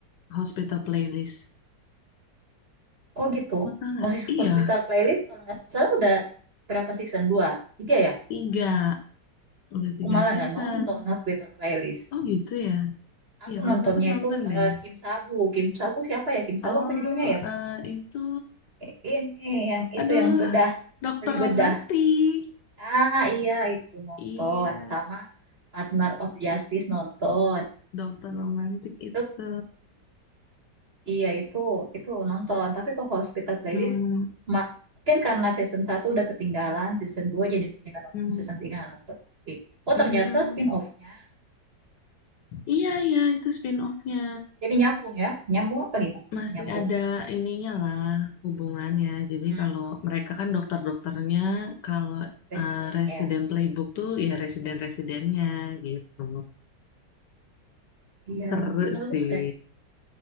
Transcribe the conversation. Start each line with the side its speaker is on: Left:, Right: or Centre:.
Left: Hospital Playlist.
Right: Oh gitu.
Left: Kota nggak?
Right: Hosis-
Left: Iya,
Right: Hospital Playlist kalau nggak salah udah berapa season? Dua? Tiga ya?
Left: tiga. Udah
Right: Aku
Left: tiga
Right: malah
Left: season.
Right: nggak nonton Hospital Playlist.
Left: Oh gitu ya.
Right: Aku
Left: Iya, kalau
Right: nontonnya
Left: sempet nonton
Right: itu eh,
Left: deh.
Right: Kim Sabu. Kim Sabu siapa ya? Kim Sabu
Left: Oh,
Right: apa judulnya ya?
Left: eh, itu...
Right: Eh, Ini yang itu
Left: Aduh,
Right: yang bedah,
Left: Dokter
Right: beli
Left: Romantik.
Right: bedah. Ah iya itu nonton
Left: Iya,
Right: sama Partner of Justice nonton.
Left: Dokter Romantik itu.
Right: Itu, iya itu itu nonton. Tapi kok Hospital Playlist
Left: Hmm,
Right: ma- mungkin karena season satu udah ketinggalan, season 2 jadi nggak nonton,
Left: hmm,
Right: season 3 nggak nonton lagi. Oh
Left: hmm.
Right: ternyata spin-off-nya.
Left: Iya, iya, itu spin-off-nya.
Right: Jadi nyambung ya. Nyambung apa gimana?
Left: Masih
Right: Nyambung.
Left: ada ininya lah, hubungannya. Jadi
Right: Hmm,
Left: kalau mereka kan dokter-dokternya, kalau
Right: Presiden
Left: eh, Resident
Right: ya.
Left: Playbook tuh ya residen-residennya gitu.
Right: Iya,
Left: Seru
Right: tapi bagus
Left: sih.
Right: kayaknya.